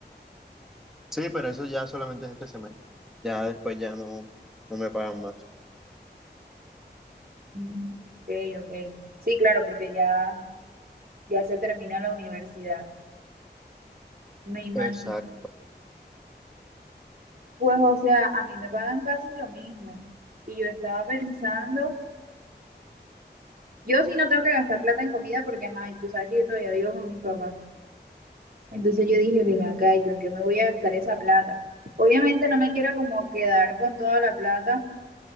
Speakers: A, in the centre; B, on the right.
A: Sí, pero eso ya solamente es este semestre. Ya después ya no, no me pagan más.
B: Mm, Ok, ok. Sí, claro, porque ya, ya se termina la universidad. Me imagino.
A: Exacto.
B: Pues, o sea, a mí me pagan casi lo mismo. Y yo estaba pensando, yo sí no tengo que gastar plata en comida porque, ajá, y tú sabes que yo todavía vivo con mis papás. Entonces yo dije, ven acá, ¿yo en qué me voy a gastar esa plata? Obviamente no me quiero como quedar con toda la plata